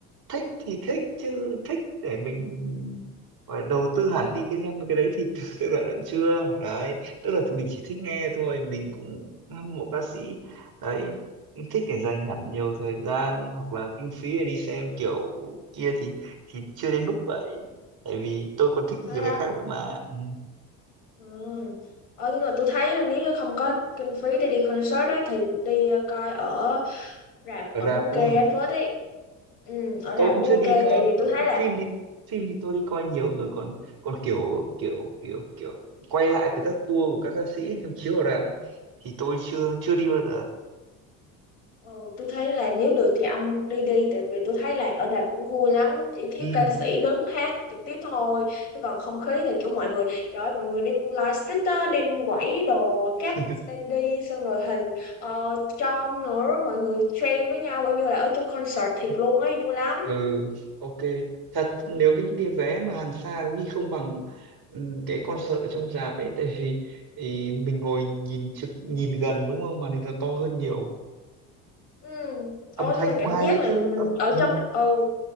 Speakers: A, on the right (about 50°); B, on the left (about 75°).
A: thích thì thích chứ thích để mình gọi là đầu tư hẳn đi cái game cái đấy thì <laughs> tôi lại vẫn chưa đấy tức là mình chỉ thích nghe thôi mình cũng hâm mộ ca sĩ đấy thích để dành hẳn nhiều thời gian hoặc là kinh phí để đi xem kiểu kia thì thì chưa đến mức vậy tại vì tôi còn thích nhiều
B: Thấy không?
A: cái khác nữa mà ừ.
B: Ừ. Ờ, tức là tôi thấy là nếu như không có kinh phí để đi concert á, thì đi ờ, coi ở rạp
A: rạp
B: vẫn ok
A: đúng
B: á,
A: không
B: Phết ấy. Ừ, ở
A: tôi
B: rạp
A: cũng
B: cũng
A: chưa
B: ok,
A: đi
B: tại
A: coi
B: vì tôi thấy là
A: phim đi phim thì tôi đi coi nhiều rồi còn còn kiểu kiểu kiểu kiểu quay lại từ các tour của các ca sĩ trong chiếu ở rạp ấy, thì tôi chưa chưa đi bao giờ
B: Ừ, tôi thấy là nếu được thì ông đi đi tại vì tôi thấy là ở rạp cũng vui lắm chỉ thiếu
A: ừ
B: ca sĩ đứng hát trực tiếp thôi chứ còn không khí thì kiểu mọi người trời ơi, mọi người đem lightstick á đem quẩy đồ các
A: <laughs>
B: standee xong rồi hình ờ, chom nữa mọi người trade với nhau coi như là ở trong concert thiệt luôn ấy vui lắm
A: ừ ok thật nếu cái những cái vé mà hàng xa có khi không bằng ừ, cái concert ở trong rạp ấy tại vì thì mình ngồi nhìn trực nhìn gần đúng không màn hình nó to hơn nhiều
B: ừ.
A: âm
B: Ồ,
A: thanh
B: nhưng mà
A: cũng
B: cảm
A: hay
B: giác
A: ấy
B: là
A: chứ
B: mình
A: âm
B: ở
A: ừ.
B: trong ừ